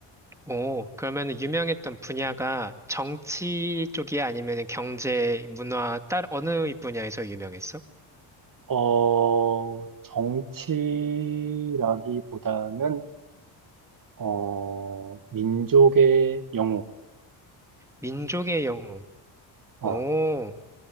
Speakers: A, in the centre; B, on the right (about 40°).
A: 오, 그러면은 유명했던 분야가 정치 쪽이야? 아니면은 경제, 문화, 딸 어느 분야에서 유명했어?
B: 어, 정치라기보다는, 어, 민족의 영웅.
A: 민족의 영웅.
B: 어,
A: 오,